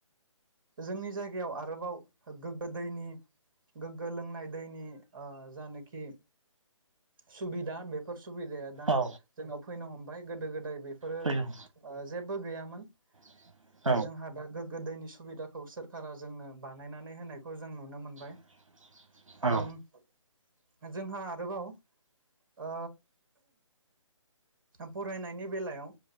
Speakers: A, on the right; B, on the right.
A: जोंनि जायगायाव आरोबाव गोग्गो दैनि गोग्गो लोंनाय दैनि जानखि सुबिदा बेफोर सुबिदाया दा
B: औ
A: जोंनाव फैनो हमबाय गोदो गोदाय बेफोरो
B: फैदों
A: जेबो गैयामोन
B: <inaudible>
A: ओ जोंहा दा गोग्गो दैनि सुबिदाखौ सोरखारा जोंनो बानायनानै होनायखौ जों नुनो मोनबाय
B: <inaudible> औ
A: ओ जोंहा आरोबाव ओ फरायनायनि बेलायाव